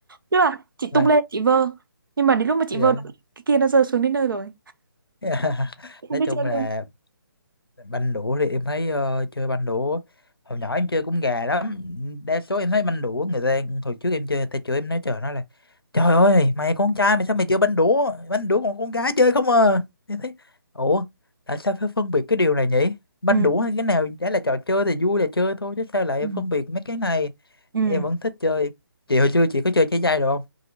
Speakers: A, on the right; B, on the left.
A: tức là chị
B: mà
A: tung lên chị vơ nhưng mà đến lúc mà chị
B: dạ
A: vơ được cái kia nó rơi xuống đến nơi rồi
B: <laughs>
A: Chị không
B: nói
A: biết
B: chung
A: chơi
B: là
A: luôn
B: banh đũa thì em thấy ờ, chơi banh đũa hồi nhỏ em chơi cũng gà lắm đa số em thấy banh đũa người ta hồi trước em chơi người ta chửi em nói trời nó là trời ơi mày con trai mày sao mày chơi banh đũa banh đũa còn con gái chơi không à em thấy ủa tại sao phải phân biệt cái điều này nhỉ banh
A: ừ
B: đũa hay cái nào chả là trò chơi thì vui là chơi thôi chứ sao lại
A: ừ
B: phân biệt mấy cái này
A: ừ
B: em vẫn thích chơi chị hồi xưa chị có chơi trái dây được không